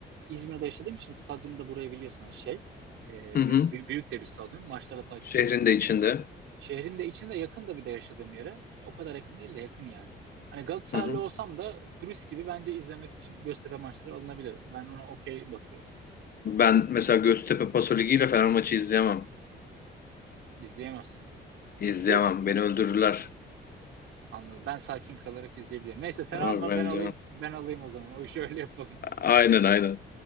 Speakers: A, on the right; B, on the left.
A: İzmir'de yaşadığım için stadyumda burayı biliyorsun hani şey. E, bü-
B: Hı hı.
A: bü- büyük de bir stadyum. Maçlara takip
B: Şehrin
A: edilebilir.
B: de içinde.
A: Şehrin de içinde yakın da bir de yaşadığım yere. Ya, o kadar yakın değil de yakın yani. Hani Galatasaraylı
B: Hı hı.
A: olsam da turist gibi bence izlemek için Göztepe maçları alınabilir. Ben ona okey bakıyorum.
B: Ben mesela Göztepe Paso Ligi ile Fener maçı izleyemem.
A: İzleyemezsin.
B: İzleyemem.
A: İyi,
B: Beni öldürürler.
A: anladım. Ben sakin kalarak izleyebilirim. Neyse sen
B: Ama
A: alma
B: ben
A: ben alayım.
B: izleyemem.
A: Ben alayım o zaman. O işi öyle yapalım.
B: Aynen aynen.